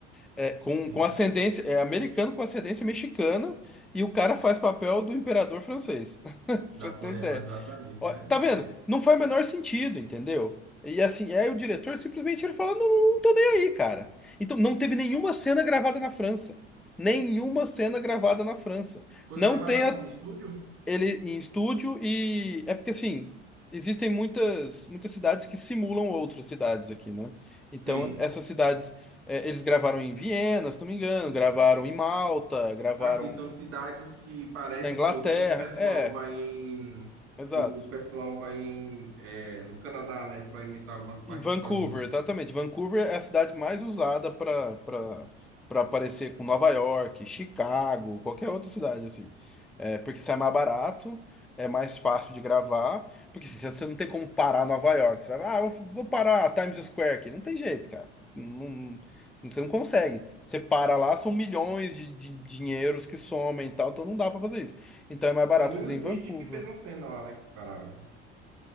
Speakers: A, in the centre; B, on the right.
A: É, com,
B: Sim.
A: com ascendência, é americano com ascendência mexicana e o cara faz papel do imperador francês. <laughs> Pra Você
B: Napoleão,
A: tem ideia.
B: exatamente,
A: Ó,
B: né?
A: tá vendo?
B: É.
A: Não faz o menor sentido, entendeu? E assim, aí o diretor simplesmente ele fala: não, não tô nem aí, cara. Então não teve nenhuma cena gravada na França. Nenhuma cena gravada na França.
B: Foi
A: Não
B: gravada
A: tem
B: onde? Em estúdio?
A: ele em estúdio e é porque assim, existem muitas muitas cidades que simulam outras cidades aqui, né? Então,
B: Sim.
A: essas cidades é, eles gravaram em Viena, se não me engano, gravaram em Malta, gravaram
B: Assim, são cidades que parecem
A: na Inglaterra.
B: com outros. Como o pessoal
A: É,
B: vai em.
A: exato.
B: O, o pessoal vai em, é, no Canadá, né? Para imitar algumas partes
A: Em Vancouver,
B: dos Estados Unidos.
A: exatamente. Vancouver é a cidade mais usada para para para aparecer com Nova York, Chicago, qualquer outra cidade assim. É, porque sai mais barato, é mais fácil de gravar, porque assim, você não tem como parar Nova York. Você vai, ah, eu vou vou parar Times Square aqui. Não tem jeito, cara. Não, não- você não consegue. Você para lá, são milhões de, de dinheiros que somem e tal, então não dá para fazer isso. Então é mais barato
B: Foi o Will
A: fazer
B: Smith
A: em Vancouver.
B: que fez uma cena lá, né? Que pararam.